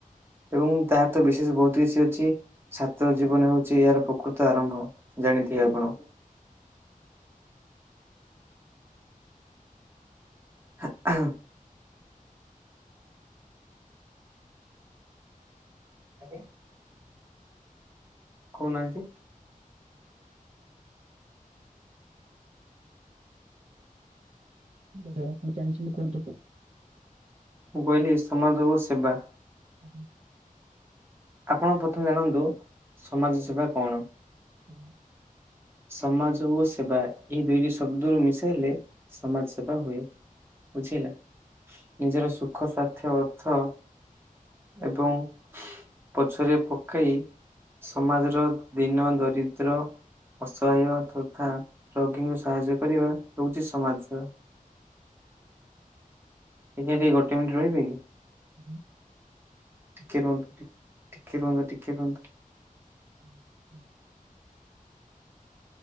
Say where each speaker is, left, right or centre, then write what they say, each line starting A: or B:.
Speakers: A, on the right (about 15°); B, on the right (about 50°).
A: ଏବଂ ତାର ତ ବିଶେଷ ବହୁତ କିଛି ଅଛି ଛାତ୍ର ଜୀବନରେ ହଉଛି ଏହାର ପ୍ରକୃତ ଆରମ୍ଭ। ଜାଣିଥିବେ ଆପଣ। ହ ହଁ ଆଜ୍ଞା। କହୁନାହାନ୍ତି।
B: ଯୋଉଟା ଆପଣ ଜାଣିଛନ୍ତି କୁହନ୍ତୁ।
A: ମୁଁ କହିଲି ସମାଜ ଓ ସେବା।
B: ଆଜ୍ଞା।
A: ଆପଣ ପ୍ରଥମେ ଜାଣନ୍ତୁ ସମାଜ ସେବା କଣ?
B: ହୁଁ।
A: ସମାଜ ଓ ସେବା ଏଇ ଦୁଇଟି ଶବ୍ଦରୁ ମିଶାଇଲେ ସମାଜ ସେବା ହୁଏ। ବୁଝିହେଲା ନିଜର ସୁଖ ସାର୍ଥ ଅର୍ଥ ଏବଂ ପଛରେ ପକାଇ ସମାଜର ଦିନ ଦରିଦ୍ର ଅସହାୟ ତଥା ରୋଗୀଙ୍କୁ ସାହାଯ୍ୟ କରିବା ହଉଚି ସମାଜସେବା। ଆଜ୍ଞା ଟିକେ ଗୋଟେ ମିନିଟ୍ ରହିବେକି?
B: ହୁଁ।
A: ଟିକେ ରୁହନ୍ତୁ ଟିକେ ରୁହନ୍ତୁ ଟିକେ ରୁହନ୍ତୁ।
B: ହୁଁ ହୁଁ।